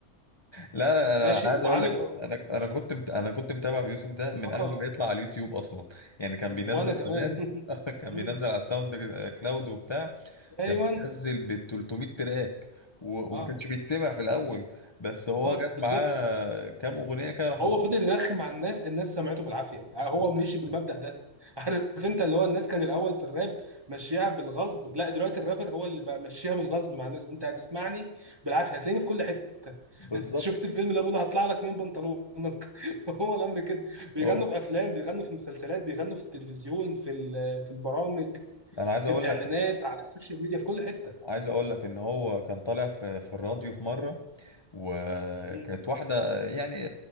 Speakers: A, on the left; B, on the right.
A: لا انا
B: ماشي
A: عايز
B: وعامل
A: اقول لك انا انا كنت مت... انا كنت متابع بيوسف ده من
B: اه
A: قبل ما يطلع على اليوتيوب اصلا يعني كان بينزل
B: وانا كمان
A: زمان
B: <laughs>
A: <laughs> كان
B: مم.
A: بينزل على الساوند كلاود وبتاع
B: ايوه
A: كان بينزل ب 300 تراك و... وما
B: اه
A: كانش بيتسمع في الاول بس هو
B: اه
A: جت
B: بالظبط
A: معاه كام اغنيه كده راحوا
B: هو
A: ض-
B: فضل يرخم على الناس الناس سمعته بالعافيه يعني
A: <laughs>
B: هو مشي بالمبدأ ده <laughs> عارف انت اللي هو الناس كان الاول في الراب مشيها بالغصب لا دلوقتي الرابر هو اللي بقى مشيها بالغصب مع الناس انت هتسمعني بالعافيه هتلاقيني في كل حته
A: بالظبط
B: <laughs> شفت الفيلم اللي بقوله هطلع لك من بنطلونك <laughs> هو الامر كده بيغنوا
A: هو-
B: في افلام بيغنوا في مسلسلات بيغنوا في التلفزيون في ال- في البرامج
A: انا عايز
B: في
A: اقول
B: الاعلانات
A: لك
B: على السوشيال ميديا في كل حته
A: عايز اقول لك ان هو كان طالع في في الراديو في مره وكانت
B: م-
A: واحده يعني